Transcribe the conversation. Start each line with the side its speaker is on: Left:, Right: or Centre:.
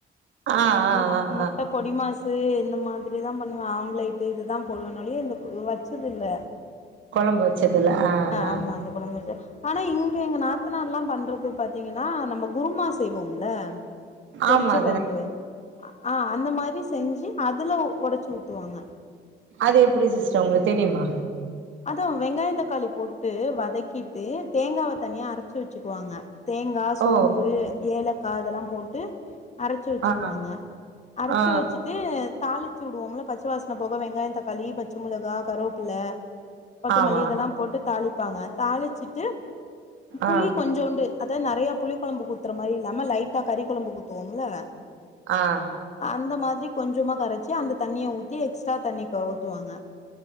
Right: ஆ ஆ
Left: முட்
Right: ஆ
Left: முட்ட
Right: ஆ
Left: பொடி மாசு இந்த மாதிரி தா பண்ணுவே ஆம்லேட்டு இது தா போடுவே நறைய இந்த வச்சதில்ல
Right: கொழம்பு வச்சதுல்ல ஆஹ் ஆஹ்
Left: ஆமா அந்த கொழம்பு வச்சோ ஆனா இங்க எங்க நாத் எத்தனால்லா பண்றது பாத்தீங்கன்னா நம்ம குருமா செய்வோம்ல பொறிச்ச
Right: ஆமா அது
Left: கொழம்பு ஆஹ் அந்த மாரி செஞ்சு அதுல உடச்சு ஊத்துவாங்க
Right: அது எப்டி சிஸ்டர் உங்களுக்கு தெரியுமா
Left: அதா வெங்காயோ தக்காளி போட்டு வதக்கிட்டு தேங்காவ தனியா அரச்சு வச்சுக்குவாங்க தேங் ங்கா சோம்பு
Right: ஓ
Left: ஏலக்கா அதெல்லா போட்டு அரச்சு வச்சுக்குவாங்க
Right: ஆ
Left: அரச்சு
Right: ஆ
Left: வச்சுட் தாளிச்சு வுடுவோம்ல பச்ச வாசன போக வெங்காயோ தக்காளி பச்ச மொளகா கருவேப்புள்ள கொத்தமல்லி
Right: ஆமா
Left: இதெல்லா போட்டு தாளிப்பாங்க தாளிச்சிட்டு புளி
Right: ஆ
Left: கொஞ்சோண்டு அதா நெறய புளி கொழம்பு ஊத்துற மாரி இல்லாம லைட்டா கறி கொழம்புக்கு ஊத்துவோம்ல
Right: ஆஹ்
Left: அந்த மாதிரி கொஞ்சமா கரச்சி அந்த தண்ணிய ஊத்தி எக்ஸ்ட்ரா தண்ணி க ஊத்துவாங்க